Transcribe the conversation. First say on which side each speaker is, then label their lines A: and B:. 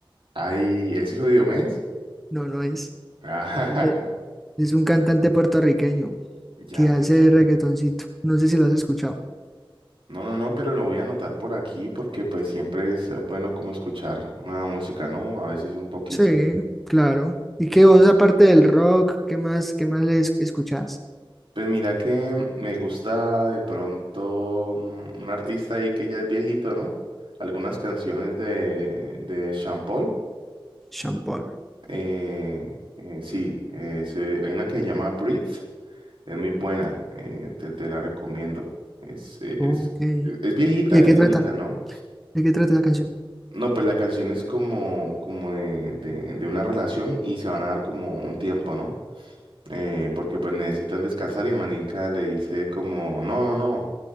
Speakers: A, on the right (about 65°); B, in the centre.
A: Ay, ¿es hijo de Diomedes?
B: No, no es.
A: Ah,
B: Es, de- es un cantante puertorriqueño
A: <laughs> ya,
B: que hace
A: ya, ya.
B: reggaetoncito. No sé si lo has escuchado.
A: No, no, no, pero lo voy a anotar por aquí porque pues siempre es eh, bueno como escuchar nueva música, ¿no? A veces un poquito.
B: Sí, claro. ¿Y qué vos, aparte del rock, qué más, qué más le escuchás?
A: Pues mira que me gusta de pronto mm, un artista ahí que ya es viejito, ¿no? Algunas canciones de, de Sean Paul.
B: Sean Paul.
A: Eh, eh, sí, eh, se- hay una que se llama Breathe. Es muy buena, eh, te, te la recomiendo. Es, e-
B: Ok.
A: es,
B: ¿Y
A: e- es viejita,
B: de
A: es
B: qué
A: viejita,
B: trata?
A: ¿no?
B: ¿De qué trata la canción?
A: No, pues la canción es como, como de, de, de una relación y se van a dar como un tiempo, ¿no? eh, porque pues necesitan descansar y Manica le dice como, no, no, no,